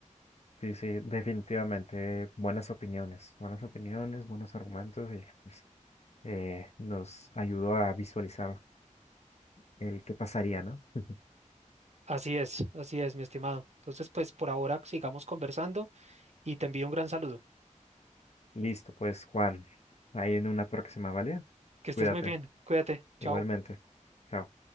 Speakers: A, on the left; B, on the right.
A: Sí, sí, definitivamente buenas opiniones, buenas opiniones, buenos argumentos y pues, eh, nos ayudó a visualizar el qué pasaría, ¿no? <laughs>
B: Así es, así es, mi estimado. Entonces, pues, por ahora sigamos conversando y te envío un gran saludo.
A: Listo, pues Juan, ahí en una próxima, ¿vale?
B: Que estés
A: Cuídate,
B: muy bien. Cuídate. Chao.
A: igualmente. Chao.